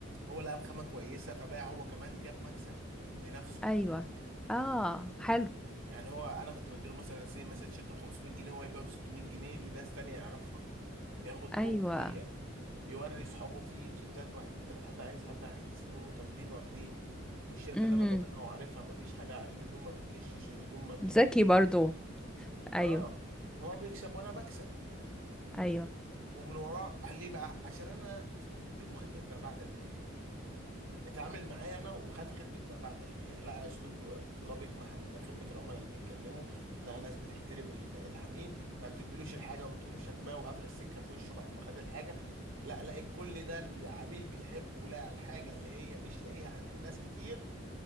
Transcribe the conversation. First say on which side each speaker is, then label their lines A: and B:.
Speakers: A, on the right; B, in the centre.
A: هو لقى الخامه كويسه فباع هو كمان جاب مكسب لنفسه
B: ايوه اه حلو
A: يعني هو انا كنت بديله مثلا سي مثلا تيشيرت ب 500 جنيه هو يبيعه ب 600 جنيه لناس تانية يعرفها ياخد هو
B: ايوه
A: يبيع يوري اصحابه فيه تيشيرتات واحد اتنين تلاته حد عايز حد عايز هم طالبين واخدين والشركه
B: امم
A: دي انا ضامنها وعارفها مفيش حاجه الهدوم ما بتكشش الهدوم ما بتوضحش
B: ذكي برضو ايوه
A: اه هو بيكسب وانا بكسب
B: ايوه
A: ومن وراه قال ليه بقى عشان انا اديته خدمه ما بعد البيع اتعامل معايا انا وخد خدمه ما بعد البيع لقى اسلوب لبق مع ال- خدمه العملاء اللي بيتكلموا لقى ناس بتحترم ال- العميل ما بتديلوش الحاجه وتقوم شتماه وقافله السكه في وشه بعد ما خد الحاجه لا لقى كل ده العميل بيحبه ولقى الحاجه اللي هي مش لاقيها عند ناس كتير